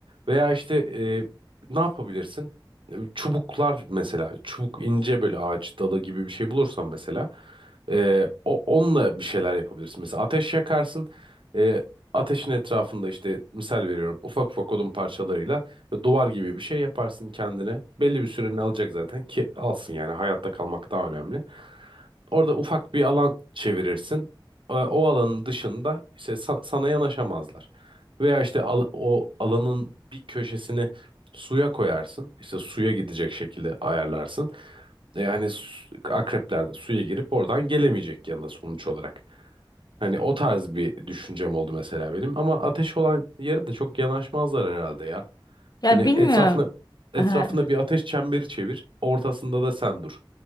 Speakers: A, on the right (about 75°); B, on the left (about 50°).
A: Veya işte e, ne yapabilirsin? E, Çubuklar mesela. Çubuk ince böyle ağaç dalı gibi bir şey bulursan mesela. e, o, onunla bir şeyler yapabilirsin. Mesela ateş yakarsın. E, Ateşin etrafında işte misal veriyorum ufak ufak odun parçalarıyla duvar gibi bir şey yaparsın kendine. Belli bir sürenin alacak zaten ki alsın yani hayatta kalmak daha önemli. Orada ufak bir alan çevirirsin. E, O alanın dışında işte sa- sana yanaşamazlar. Veya işte al- o alanın bir köşesini suya koyarsın. İşte suya gidecek şekilde ayarlarsın. E, Yani akrepler de suya girip oradan gelemeyecek yanına sonuç olarak. Hani o tarz bir düşüncem oldu mesela benim. Ama ateş olan yere de çok yanaşmazlar herhalde ya.
B: Ya
A: Hani
B: bilmiyorum.
A: etrafına etrafında
B: Ha.
A: bir ateş çemberi çevir. Ortasında da sen dur.